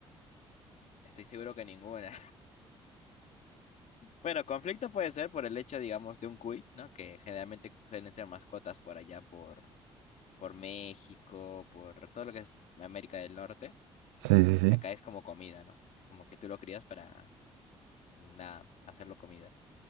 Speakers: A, on the left (about 55°); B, on the right (about 80°).
A: estoy seguro que ninguna. Bueno, conflicto puede ser por el hecho, digamos, de un cuy, ¿no? Que generalmente suelen ser mascotas por allá, por, por México, por todo lo que es América del Norte.
B: Sí,
A: Y
B: sí, sí.
A: y acá es como comida, ¿no? Es como que tú lo crías para, nada, hacerlo comida.